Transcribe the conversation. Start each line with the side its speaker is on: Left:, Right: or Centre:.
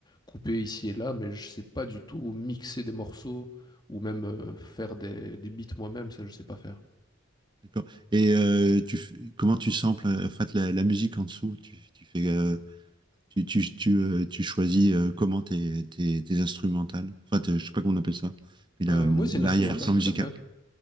Left: couper ici et là, mais je sais pas du tout mixer des morceaux ou même euh, faire des, des beats moi-même, ça je sais pas faire.
Right: d'accord. Et euh, tu, f- comment tu samples euh, en fait, la, la musique en dessous? Tu, tu fais. euh, Tu, tu, tu, euh, tu choisis euh, comment tes, tes, tes instrumentales. Enfin, tes- je sais pas comment on appelle ça. Mais la-
Left: Euh,
Right: Oui,
Left: oui, c'est une
Right: l'arrière-plan
Left: instrumentale, tout
Right: musical.
Left: à fait.